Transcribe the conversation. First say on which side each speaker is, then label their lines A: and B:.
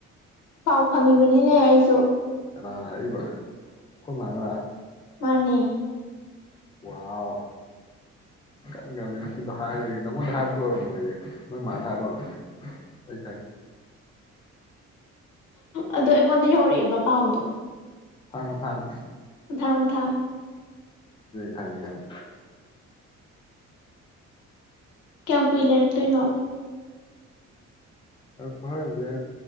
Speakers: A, on the left; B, on the left.
A: ꯄꯥꯎ ꯐꯪꯉꯤꯕꯅꯤꯅꯦ ꯑꯩꯁꯨ
B: ꯀꯅꯥꯅ ꯍꯥꯏꯔꯛꯏꯕ ꯑꯩꯈꯣꯏ ꯃꯥꯅꯔꯥ
A: ꯃꯥꯅꯦ
B: ꯋꯥꯎ ꯀꯟꯈ꯭ꯔꯕꯅꯤ ꯃꯆꯤꯟꯗꯣ ꯍꯥꯏꯔꯤ ꯅꯪꯉꯣꯟꯗ ꯍꯥꯏꯕꯗꯤ ꯑꯣꯏꯔꯝꯃꯣꯏꯌ‌ꯦ ꯅꯣꯏ ꯃꯥꯗ ꯍꯥꯏꯕ ꯑꯣꯏꯔꯝꯅꯤꯅꯦ ꯑꯩ ꯈꯪꯉꯦ
A: ꯑꯗꯣ ꯑꯩꯉꯣꯟꯗ ꯌꯧꯔꯛꯑꯦꯕ ꯄꯥꯎꯗꯣ
B: ꯃꯊꯥꯡ ꯃꯊꯥꯡ
A: ꯃꯊꯥꯡ ꯃꯊꯥꯡ
B: ꯊꯪꯉ‌ꯦꯕ
A: ꯀꯌꯥꯝ ꯀꯨꯏ ꯂꯩꯔꯛꯇꯣꯏꯅꯣ
B: ꯐꯍꯔꯁꯦ